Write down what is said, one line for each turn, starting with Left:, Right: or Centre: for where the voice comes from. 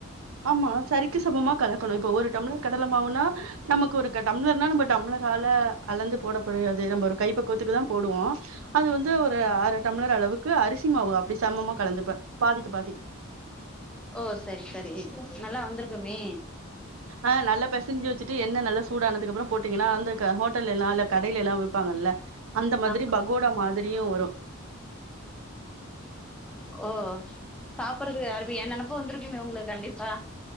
Right: ஆம்மா சரிக்கு சமமா கலக்கணு இப்ப ஒரு டம்ளர் கடல மாவுன்னா நம்மக்கு ஒருக்க டம்ளர்னா நம்ம டம்ளரால அளந்து போடப்படியாது நம்ப ஒரு கை பக்கவத்துக்கு தா போடுவோ அது வந்து ஒரு அர டம்ளர் அளவுக்கு அரிசி மாவு அப்டி சமமா கலந்துப்ப பாதிக்கு பாதி
Centre: ஓ சரி சரி நல்லா வந்துர்க்குமே
Right: ஆ நல்ல பேசஞ்சி வெச்சுட்டு எண்ணெ நல்லா சூட ஆனத்துக்கு அப்புறோ போட்டீங்கன்ன அந்த ஹோட்டல்லஎல்லா இல்ல கடைய்எல்லா விப்பாங்கல்ல அந்த மாதிரி
Centre: ஆமா
Right: பகோடா மாதிரியு வரு
Centre: ஓ சாப்புற்றது யாருமே என்னா ப்போ வந்திருக்குமே உங்களுக் கண்டிப்பா